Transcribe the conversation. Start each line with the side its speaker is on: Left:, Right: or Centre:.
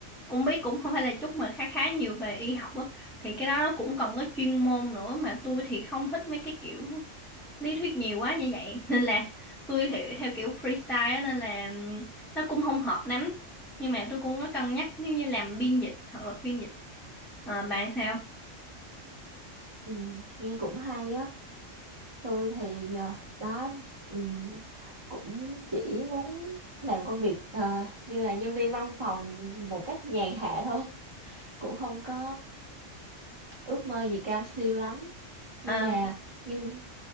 Centre: cũng biết cũng không phải là chút mà khá khá nhiều về y học á thì cái đó nó cũng cần có chuyên môn nữa mà tôi thì không thích mấy cái kiểu lý thuyết nhiều quá như vậy <laughs> nên là tôi thì theo kiểu freestyle á nên là ừm, nó cũng không hợp lắm nhưng mà tôi cũng có cân nhắc nếu như làm biên dịch hoặc là phiên dịch Ờ, bạn sao
Right: Ừ, nghe cũng hay á. Tôi thì ờ, đó ừ, cũng chỉ muốn làm công việc ờ, như là nhân viên văn phòng một cách nhàn hạ thôi, cũng không có ờ, ước mơ gì cao siêu lắm. Nhưng
Centre: Ờ,
Right: mà nhưng